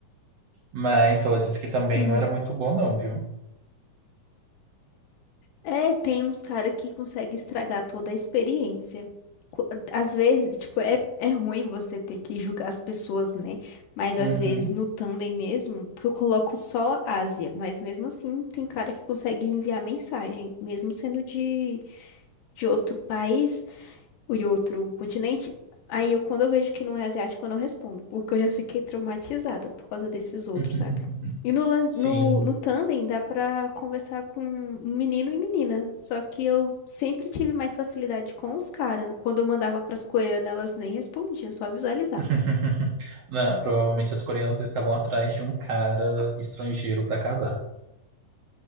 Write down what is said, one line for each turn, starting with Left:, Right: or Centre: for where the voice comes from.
Right: Mas ela disse que também
Left: Uhum.
Right: não era muito bom, não, viu?
Left: É, tem uns caras que conseguem estragar toda a experiência. Qu- Às vezes, tipo, é, é ruim você ter que julgar as pessoas, né? Mas às
Right: Uhum.
Left: vezes no Tandem mesmo, porque eu coloco só Ásia, mas mesmo assim tem cara que consegue enviar mensagem, mesmo sendo de, de outro país o outro continente. Aí eu, quando eu vejo que não é asiático, eu não respondo, porque eu já fiquei traumatizada por causa desses outros,
Right: <laughs>
Left: sabe? E no, lan-
Right: Sim.
Left: no, no Tandem dá pra conversar com menino e menina, só que eu sempre tive mais facilidade com os caras. Quando eu mandava pras coreanas, elas nem respondiam, só visualizavam.
Right: <laughs> Na- provavelmente as coreanas estavam atrás de um cara estrangeiro para casar.